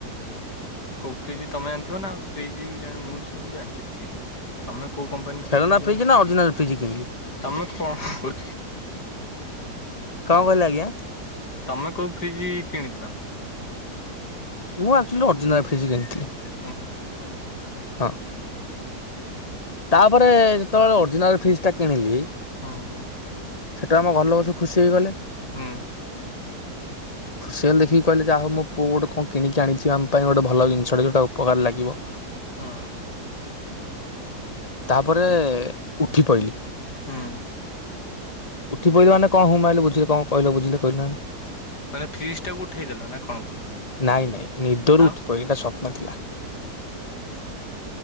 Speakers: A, on the left; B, on the left.
A: କୋଉ ଫ୍ରିଜି ତମେ ଜାଣିଥିବ ନାଉ। ଫ୍ରିଜି ଜାଣି ମୁଁ ଜାଣିଛି ଫ୍ରିଜି। ତମେ କୋଉ କମ୍ପାନୀ
B: ଖେଳନା
A: ଫ୍ରିଜି
B: ଫ୍ରିଜ
A: <unintelligible>
B: ନା ଅରିଜିନାଲ ଫ୍ରିଜ କିଣିଲି
A: ତମେ କଣ କଉ
B: କଁ କହିଲେ ଆଜ୍ଞା?
A: ତମେ କୋଉ ଫ୍ରିଜି କିଣିଥିଲ?
B: ମୁଁ ଆର୍ଚୋଲି ଅର୍ଜିନାଲ ଫ୍ରିଜ୍ କିଣିଥିଲି।
A: ହୁଁ ହୁଁ।
B: ହଁ। ତାପରେ ଯେତେବେଳେ ଅର୍ଜିନାଲ୍ ଫ୍ରିଜ୍ ଟା କିଣିଲି।
A: ହୁଁ
B: ସେଠୁ ଆମ ଘର ଲୋକ ସବୁ ଖୁସି ହେଇଗଲେ।
A: ହୁଁ।
B: ଖୁସିହେଲେ ଦେଖିକି କଇଲେ ଯା ହଉ ମୋ ପୁଅ ଗୋଟେ କଁ କିଣିକି ଆଣିଛି ଆମ୍ ପାଇଁ ଗୋଡ଼େ ଭଲ ଜିନିଷଟେ ଟା ଉପକାରେ ଲାଗିବ।
A: ହୁଁ
B: ତାପରେ ଉଠି ପଇଲି।
A: ହୁଁ।
B: ଉଠି ପଇଲି ମାନେ କଁ ହୁଁ ମାଇଲେ ବୁଝିଲେ କଁ କଇଲ ବୁଝିଲେ କଇଲ?
A: ମାନେ ଫ୍ରିଜ୍ ଟାକୁ ଉଠେଇଦେଲ ନା କଣ କଲ?
B: ନାଇ ନାଇ ନିଦରୁ
A: ଆଉ
B: ଉଠି ପିଇଲି ଏଟା ସପ୍ନ ଥିଲା।